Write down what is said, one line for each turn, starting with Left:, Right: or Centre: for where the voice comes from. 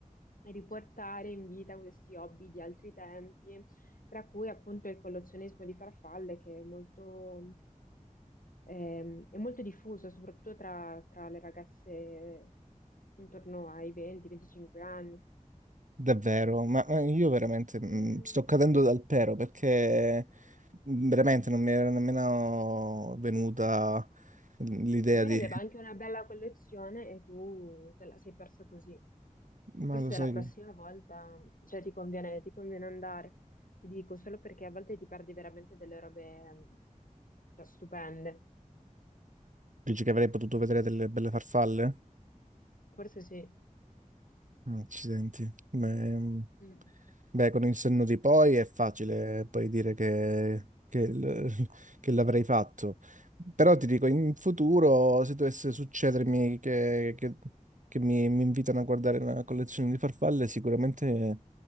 Left: e riportare in vita questi hobby di altri tempi, tra cui appunto il collezionismo di farfalle, che è molto, ehm, è molto diffuso, soprattutto tra, tra le ragazze intorno ai 20-25 anni.
Right: Davvero, ma ma io veramente mm,
Left: Ehm,
Right: sto cadendo dal pero perché mm, veramente non mi era nemmeno venuta mm, l'idea
Left: Magari
Right: di...
Left: aveva anche una bella collezione e tu te la sei persa così.
Right: Ma
Left: Forse
Right: lo sai,
Left: la prossima
Right: che-
Left: volta, cioè, ti conviene, ti conviene andare. Ti dico solo perché a volte ti perdi veramente delle robe, mm, cioè, stupende.
Right: dici che avrei potuto vedere delle belle farfalle?
Left: Forse sì.
Right: Accidenti. Beh, mm,
Left: Mm.
Right: beh, con il senno di poi è facile poi dire che, che l- <laughs> che l'avrei fatto. Però ti dico, in futuro, se dovesse succedermi che, che- che mi, mi invitano a guardare una collezione di farfalle, sicuramente